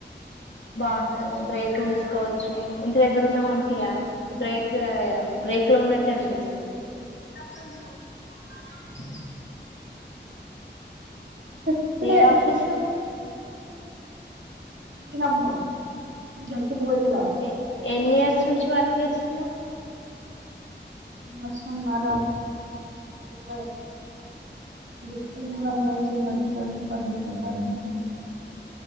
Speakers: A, on the left; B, on the right.
A: బాగుంటది, బ్రేక్ తీసుకోవచ్చు, ఇంటి దగ్గర ఉన్న మనకో ఇగ బ్రేక్ బ్రేక్ లో ఉన్నట్టే అనిపిస్తది. <unintelligible>
B: చెప్తే
A: ఏ ఆఫీసు
B: ఇ హబ్బో జచ్చిబొలిల
A: ఎ ఎన్ని ఇయర్స్ నుంచి వర్క్ ఏస్తున్నవ్
B: ఉ అవస్రమార ఇపుడుంగ, డిసెంబర్ నుంచి, ట్వెంటీ ట్వెంటీ ఫోర్ డిసెంబర్ నుంచి.